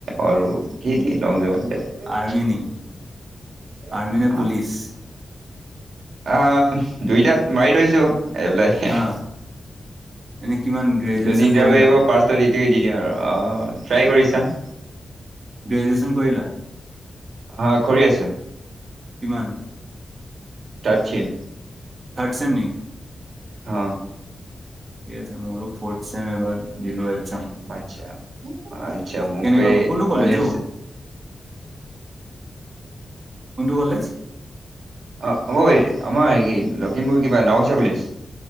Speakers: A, on the right; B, on the right.
A: আৰু <unintelligible>
B: আৰ্মি নি? আৰ্মি নে পুলিচ?
A: আহ দুইটাত মাৰি থৈছো এপ্লাই
B: হা এনে কিমান গ্ৰেজুৱেচন
A: যোন ইনটাৰভিউ
B: কৰিলা?
A: আহিব ফাষ্ট সেইটো দিওঁ আৰু আহ ট্ৰাই কৰি চাও।
B: গ্ৰেজুয়েচন কৰিলা?
A: অ কৰি আছো
B: কিমান?
A: থাৰ্ড চেম
B: ছেম নেকি?
A: অ
B: ঠিক আছে মোৰ ফৰ্থ ছেম এবাৰ দিলো আৰু
A: আচ্ছা আচ্ছা মোক
B: কেনেকুৱা
A: এই
B: কোনটো কলেজ
A: <inaudible>
B: অ? কোনটো কলেজ?
A: অ অই আমাৰ লখিমপুৰ কিবা নাওবৈচা কলেজ।